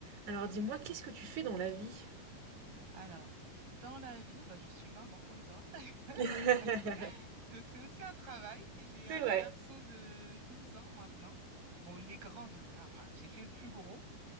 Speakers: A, on the right; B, on the right.
A: Alors dis-moi, qu'est-ce que tu fais dans la vie?
B: Alors, dans la vie, bah, je suis maman comme toi. <laughs>
A: <laughs> C'est
B: Donc, c'est aussi un travail. J'ai un
A: vrai.
B: garçon de 12 ans maintenant. Bon, il est grand, donc ça va. J'ai fait le plus gros.